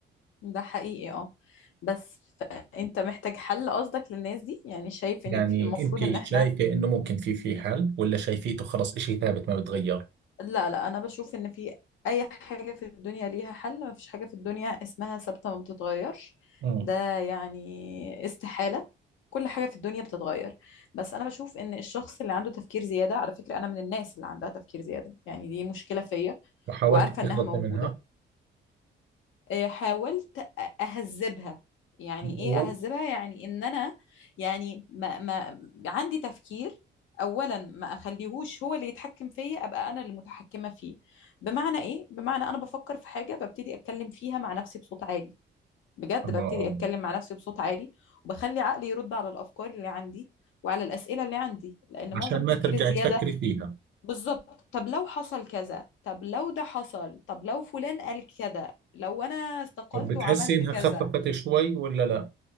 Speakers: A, on the left; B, on the right.
A: ده حقيقي اه بس فانت محتاج حل قصدك للناس دي يعني شايف
B: يعني
A: ان في- المفروض
B: أنت
A: ان احنا
B: شايفة إنه ممكن في في حل ولا شايفيته خلص إشي ثابت ما بتغير
A: لا لا انا بشوف ان في اي حاجة في الدنيا ليها حل ما فيش حاجة في الدنيا اسمها ثابتة ما بتتغيرش
B: مم.
A: ده يعني استحالة كل حاجة في الدنيا بتتغير بس انا بشوف ان الشخص اللي عنده تفكير زيادة على فكرة انا من الناس اللي عندها تفكير زيادة يعني دي مشكلة فيا
B: وحاولت
A: وعارفة
B: تخلصي
A: انها موجودة
B: منها
A: آه، حاولت أ- اهذبها يعني
B: و...
A: ايه اهذبها يعني ان انا يعني ما ما عندي تفكير اولا ما اخليهوش هو اللي يتحكم فيا ابقى انا اللي متحكمه فيه بمعنى ايه بمعنى انا بفكر في حاجه ببتدي اتكلم فيها مع نفسي بصوت عالي بجد
B: آه.
A: ببتدي اتكلم مع نفسي بصوت عالي وبخلي عقلي يرد على الافكار اللي عندي وعلى الاسئله اللي عندي لان معظم
B: عشان
A: التفكير
B: ما ترجعي
A: الزياده
B: تفكري فيها
A: بالظبط طب لو حصل كذا طب لو ده حصل طب لو فلان قال كذا لو انا استقلت
B: طب بتحسي
A: وعملت
B: انها
A: كذا
B: خففت شوي ولا لا